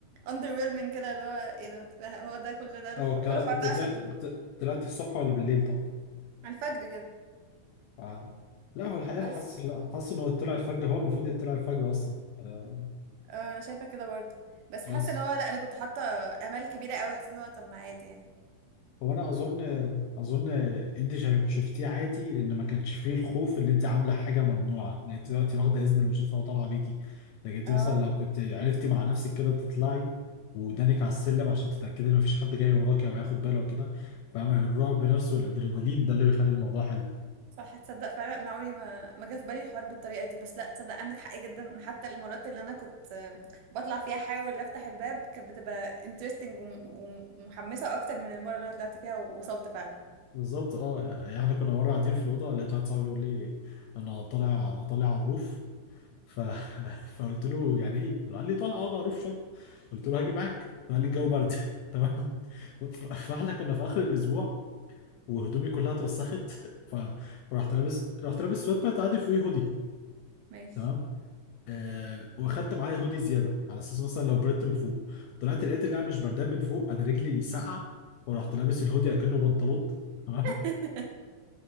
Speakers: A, on the right; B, on the left.
A: underwhelming كده اللي هو ايه ده ده- هو ده كل ده الح...
B: او
A: كل
B: ك... انت
A: الحوار ده
B: طلعت
A: عشان
B: ت- طلعتي الصبح ولا بالليل طب؟
A: على الفجر كده
B: آه. لا هو الحقيقه
A: بس
B: انا حاسس لا حاسس انه طلع الفجر هو المفروض يطلع الفجر اصلا آه.
A: آه انا شايفه كده برضو بس
B: بس
A: حاسه ان هو لا انا كنت حاطه امال كبيره قوي حاسه ان هو طب ما عادي يعني
B: هو انا اظن اظن انت شايف- شفتيه عادي لان ما كانش فيه الخوف ان انت عامله حاجه ممنوعه لان انت دلوقتي واخده اذن المشرفه وطالعه بيكي لكن انت
A: اه
B: مثلا لو كنت عرفتي مع نفسك كده تطلعي ودانك على السلم عشان تتاكدي ان مفيش حد جاي وراكي او هياخد باله وكده فاهمه الرعب نفسه والادرينالين ده اللي بيخلي الموضوع حلو
A: صح تصدق فعلا انا عمري ما ما جه في بالي الحوار بالطريقه دي بس لا تصدق عندك حق جدا إن حتى المرات اللي انا كنت آه، بطلع فيها احاول افتح الباب كانت بتبقى interesting وم- ومحمسه اكتر من المره اللي انا طلعت فيها ووصلت فعلا
B: بالظبط اه يعني احنا كنا مره قاعدين في الاوضه لقيت واحد صاحبي بيقول لي انا طالع طالع على الروف ف... <laughs> فقلت له يعني ايه؟ قال لي طالع اقعد على الروف قلت له هاجي معاك قال لي الجو برد <laughs> تمام ف- فاحنا كنا في اخر الاسبوع وهدومي كلها اتوسخت <laughs> ف- فرحت لابس رحت لابس سويت بانت عادي فوقيه هودي
A: ماشي
B: تمام آه واخدت معايا هودي زياده على اساس مثلا لو بردت من فوق طلعت لقيت اللي انا مش بردان من فوق انا رجلي ساقعه ورحت لابس الهودي اكنه بنطلون تمام
A: <laughs>